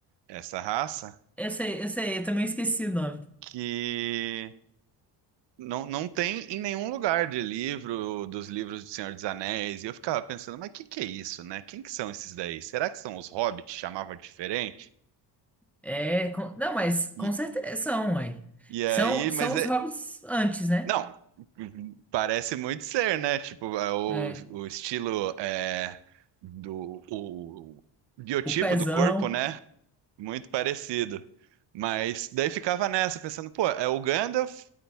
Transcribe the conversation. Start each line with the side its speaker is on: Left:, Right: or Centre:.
Right: essa raça,
Centre: essa sei, eu sei, eu também esqueci o nome.
Right: que. Não, não tem em nenhum lugar de livro, dos livros do Senhor dos Anéis. E eu ficava pensando, mas o que que é isso, né? Quem que são esses daí? Será que são os hobbits? Chamava diferente?
Centre: É, com- não, mas com
Right: E,
Centre: certeza são, ué.
Right: e
Centre: São,
Right: aí,
Centre: são
Right: mas
Centre: os
Right: é.
Centre: hobbits antes, né?
Right: Não, parece muito ser, né? Tipo, é o,
Centre: É,
Right: o estilo é, do. O, o biotipo
Centre: o pezão.
Right: do corpo, né? muito parecido. Mas daí ficava nessa, pensando, pô, é o Gandalf